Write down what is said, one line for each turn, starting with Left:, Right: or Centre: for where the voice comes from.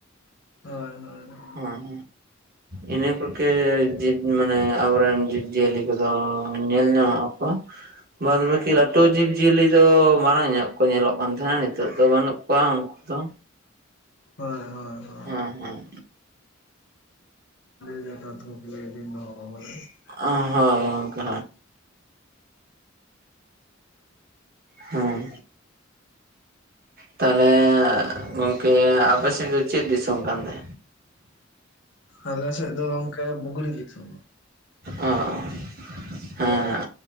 Left: ᱦᱳᱭ ᱦᱳᱭ᱾
Right: ᱦᱩᱸ᱾ ᱤᱱᱟᱹ ᱠᱚᱜᱮ ᱡᱤᱵᱽ ᱢᱟᱱᱮ ᱟᱵᱚᱨᱮᱱ ᱡᱤᱵᱽ ᱡᱤᱭᱟᱹᱞᱤ ᱠᱚᱫᱚ ᱧᱮᱞ ᱧᱟᱢᱚᱜ ᱟᱠᱚ᱾
Left: <unintelligible>
Right: <inaudible> ᱞᱟᱹᱴᱩ ᱡᱤᱵᱽ ᱡᱤᱭᱟᱹᱞᱤ ᱫᱚ ᱢᱟᱲᱟᱝ ᱧᱚᱜ ᱠᱚ ᱧᱮᱞᱚᱜ ᱠᱟᱱ ᱛᱟᱦᱮᱸᱜᱟ ᱱᱤᱛᱚᱜ ᱫᱚ ᱵᱟᱹᱱᱩᱜ ᱠᱚᱣᱟ ᱩᱱᱠᱩ ᱫᱚ᱾
Left: ᱦᱳᱭ ᱦᱚᱭ ᱦᱳᱭ᱾
Right: ᱦᱮᱸ ᱦᱮᱸ᱾
Left: ᱡᱚᱛᱚ ᱫᱷᱩᱯ ᱞᱤᱵᱤᱱ <unintelligible>
Right: ᱚ ᱦᱳᱭ ᱚᱱᱠᱟ ᱦᱩᱸ ᱛᱟᱦᱚᱞᱮ ᱜᱚᱝᱠᱮ ᱟᱯᱮᱥᱮᱜ ᱫᱚ ᱪᱮᱜ ᱫᱤᱥᱚᱢ ᱠᱟᱱ ᱛᱮ?
Left: ᱟᱞᱮᱥᱮᱜ ᱫᱚ ᱚᱝᱠᱟ ᱵᱩᱜᱽᱲᱤ ᱫᱤᱥᱚᱢ᱾
Right: ᱚ ᱦᱮᱸ
Left: ᱦᱳᱭ